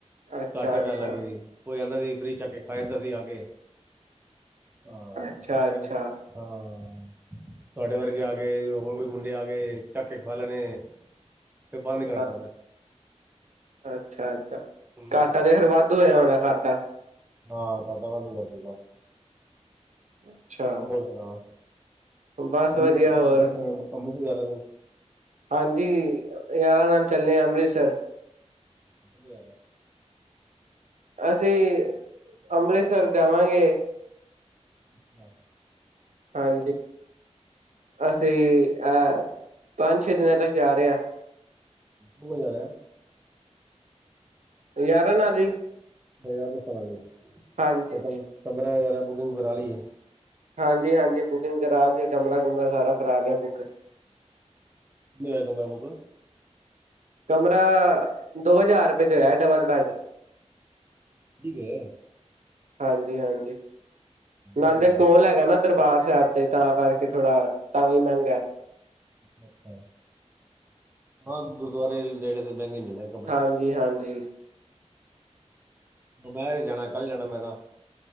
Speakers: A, on the right; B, on the right.
A: ਅੱਛਾ
B: ਘਾਟੇ
A: ਅੱਛਾ
B: ਪੈਣ ਲੱਗ ਗਏ ਸੀ ਕੋਈ ਆਂਦਾ ਸੀ ਫਰੀ ਚੱਕ ਕੇ ਖਾ ਜਾਂਦਾ ਸੀ ਆ ਕੇ ਹਾਂ
A: ਅੱਛਾ
B: ਇਥੇ
A: ਅੱਛਾ
B: ਹਾਂ ਤੁਹਾਡੇ ਵਰਗੇ ਆ ਗਏ ਹੋਰ ਕੋਈ ਮੁੰਡੇ ਆ ਗਏ ਚੱਕ ਕੇ ਖਾ ਲੈਣੇ ਤੇ ਬੰਦ ਕਰਦਾ
A: ਹਾਂ,
B: ਮੈਂ
A: ਅੱਛਾ ਅੱਛਾ
B: ਹੂੰ
A: ਘਾਟਾ ਤੇ ਫਿਰ ਵਾਧੂ ਹੋਇਆ ਹੋਣਾ ਘਾਟਾ
B: ਹਾਂ ਘਾਟਾ ਵਾਧੂ ਹੋਇਆ ਸੀਗਾ
A: ਅੱਛਾ
B: ਹੋ ਸੁਣਾ
A: ਬਸ
B: ਅੰਮ੍ਰਿਤਸਰ
A: ਵਧੀਆ ਹੋਰ
B: ਮੈਂ ਸੁਣਿਆ ਅੰਮ੍ਰਿਤਸਰ ਜਾ ਰਿਹਾ ਤੂੰ
A: ਹਾਂਜੀ ਯਾਰਾਂ ਨਾਲ ਚੱਲੇ ਆਂ ਅੰਮ੍ਰਿਤਸਰ
B: ਕਿੱਥੇ ਜਾ ਰਿਹਾ
A: ਅਸੀਂ ਅੰਮ੍ਰਿਤਸਰ ਜਾਵਾਂਗੇ
B: ੱਹਾਂ
A: ਹਾਂਜੀ, ਅਸੀਂ ਹੈਂ ਪੰਜ- ਛੇ ਦਿਨਾਂ ਤੱਕ ਜਾ ਰਹੇ ਹਾਂ
B: ਤੂ ਜਾ ਰਿਹਾ
A: ਯਾਰਾਂ ਨਾਲ ਹੀ
B: ਯਾਰ ਦਾ ਪਤਾ ਨੀ ਕੀ
A: ਹਾਂਜੀ
B: ਪੰਦਰਾਂ ਵਗੈਰਾ ਬੁਕਿੰਗ ਕਰਾ ਲਈ ਹੈ
A: ਹਾਂਜੀ- ਹਾਂਜੀ ਬੁਕਿੰਗ ਕਰਾਕੇ ਕਮਰਾ ਕੁਮਰਾ ਸਾਰਾ ਕਰਾ ਲਿਆ ਬੁੱਕ
B: ਕਿਨੇ ਆ ਕਮਰਾ ਬੁੱਕ
A: ਕਮਰਾ ਦੋ ਹਜ਼ਾਰ ਰੁਪਏ 'ਚ ਹੋਇਆ ਡਬਲ ਬੈਡ
B: ਕੀ ਗੇ
A: ਹਾਂਜੀ -ਹਾਂਜੀ ਨਾਲੇ
B: ਠੀਕ ਹੈ
A: ਕੋਲ ਹੈਗਾ ਨਾ ਦਰਬਾਰ ਸਾਹਿਬ ਦੇ ਤਾਂ ਕਰਕੇ ਥੋੜਾ, ਤਾਂ ਵੀ ਮਹਿੰਗਾ
B: ਅੱਛਾ ਹਾਂ ਗੁਰਦੁਆਰੇ ਨੇੜੇ ਤੇ ਡੰਗੇ ਮਿਲ ਜਾਂਦੇ
A: ਹਾਂਜੀ- ਹਾਂਜੀ
B: ਦੁਮਹਿਰ ਜਾਣਾ ਕੱਲ ਜਾਣਾ ਮੈਂ ਕ